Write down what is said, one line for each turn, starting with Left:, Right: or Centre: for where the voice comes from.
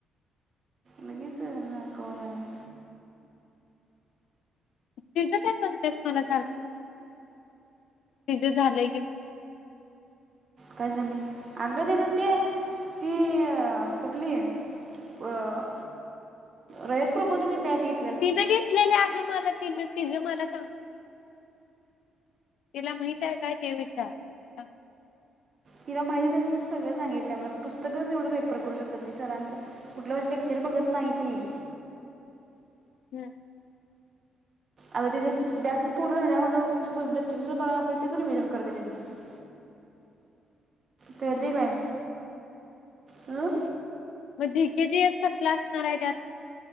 Right: लगेच.. हा कोराय.
Left: तिज काय सांगत्यास मला सारखं तिझं झालंय घे
Right: काय झालेय अग तीच ती ती कुठली अ रयत प्रबोधनी बॅच घेट
Left: तिन घेतलेलं अगं मला तिन तिज मला सांग. तिला माहिताय काय ते विचार? सांग.
Right: तिला माहिती अससल सगळं सांगितलं मला पुस्तकच एवढं रेफर करू शकत्या ती सरांच. कुठल्या विषय लेक्चर बघत नाही ती.
Left: हमं.
Right: आता तिच बॅच च पूर्ण झाल्या म्हणल्यावर लेक्चर कशाला बघाय तेच रिव्हिजन करत्या तिचं - कळतय
Left: हम्म
Right: काय हं.
Left: मग जी केे जीस कसलं असणार आहे त्यात.